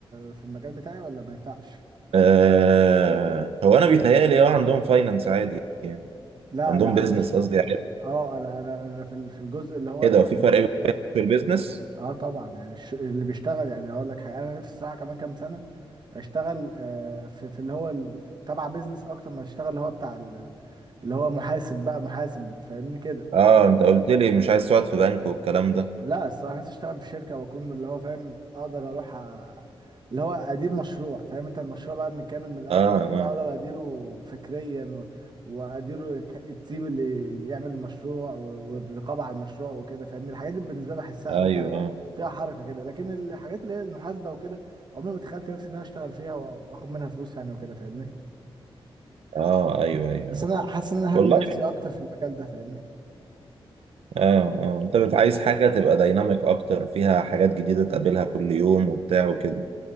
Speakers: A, on the right; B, on the right.
A: في المجال بتاعي ولا ما ينفعش
B: آه هو انا بيتهيألي اه عندهم فاينانس عادي يعني
A: لا
B: عندهم
A: لا
B: بيزنس
A: انا مش
B: قصدي يعني
A: اه انا انا انا في ال- في الجزء اللي هو
B: ايه ده
A: بتاع
B: في فرق بين finance في البيزنس
A: اه طبعا يعني الش- اللي بيشتغل يعني هقول لك حاجه انا نفسي الصراحه كمان كام سنه اشتغل آه، في في اللي هو ال- تبع بيزنس اكتر ما اشتغل اللي هو بتاع ال- اللي هو محاسب بقى محاسب فاهمني كده
B: اه انت قلت لي مش عايز تقعد في بنك والكلام ده
A: لا الصراحة نفسي اشتغل في شركة واكون اللي هو فاهم اقدر اروح أ... اللي هو ادير مشروع فاهم انت المشروع بقى من كامل من الاول
B: اه
A: كده
B: اه
A: اقدر اديره فكريا و... واديره ك... التيم اللي يعمل المشروع و... والرقابة على المشروع وكده فاهمني الحاجات دي بالنسبة لي بحسها
B: ايوه
A: امتع
B: اه
A: فيها حركة كده لكن الحاجات اللي هي المحاسبة وكده عمري ما تخيلت نفسي ان انا اشتغل فيها و- واخد منها فلوس يعني وكده فاهمني
B: اه ايوه ايوه,
A: بس
B: أيوة.
A: انا حاسس ان انا
B: والله
A: هرمي نفسي اكتر في المجال ده فاهمني
B: اه اه انت بت- عايز حاجة تبقى دايناميك اكتر فيها حاجات جديدة تقابلها كل يوم وبتاع وكده